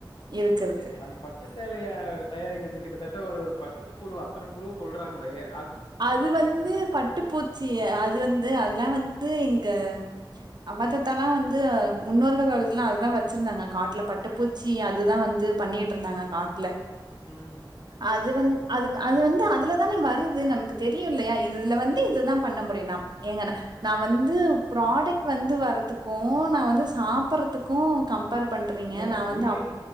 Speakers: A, on the right; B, on the left.
A: இருக்கு இருக்கு
B: செரி அந்த பட்டு சேலைய தயாரிக்கிறது கிட்டத்தட்ட ஒரு பட் ட்டு புழு அத்தன புழு கொல்றாங்கில்லைங்கே
A: அது வந்து பட்டுப்பூச்சி அது வந்து அதெல்லா வந்து இங்க அப்பா தாத்தாலா வந்து முன்னோர்கள் காலத்துலலா அதுதா வச்சிருந்தாங்க காட்டுல பட்டுப்பூச்சி அதுதா வந்து பண்ணிட்டு இருந்தாங்க காட்டுல
B: ம் ம்
A: அது வந்து அது அது வந்து அதுலதான வருது து நமக்கு தெரியு இல்லையா இதுல வந்து இதுதா பண்ண முடியு ஏங்க நா வந்து பராடக் வந்து வரதுக்கு நா வந்து சாப்பறதுக்கு கம்பேர் பண்றீங்க
B: இல்ல
A: நா வந்து
B: உயிர்